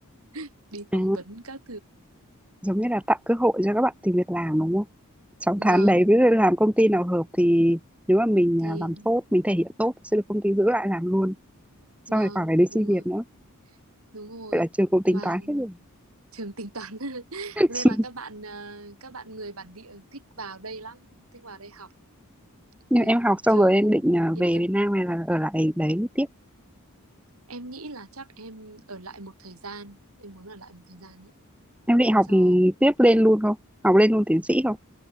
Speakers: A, on the right; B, in the centre.
A: <laughs> đi phỏng
B: À,
A: vấn các thứ.
B: giống như là tạo cơ hội cho các bạn tìm việc làm đúng không? 6
A: Vâng,
B: tháng đấy, ví dụ làm công ty nào hợp thì nếu mà mình
A: thì
B: à, làm tốt, mình thể hiện tốt thì sẽ được công ty giữ lại làm luôn. Xong
A: vâng,
B: rồi khỏi phải đi xin
A: đúng
B: việc
A: rồi,
B: nữa.
A: đúng rồi.
B: Vậy là trường cũng tính
A: Mà
B: toán hết rồi.
A: trường tính toán <laughs>
B: <laughs>
A: nên là các bạn ờ, các bạn người bản địa thích vào đây lắm, thích vào đây học.
B: Nhưng
A: Thì
B: em học xong
A: trường
B: rồi em định ờ,
A: yên
B: về
A: tâm.
B: Việt Nam hay là ở lại đấy tiếp?
A: Em nghĩ là chắc em ở lại một thời gian, em muốn ở lại một thời gian ấy
B: Em định học
A: cho
B: ừ, tiếp lên luôn không? Học lên luôn tiến sĩ không?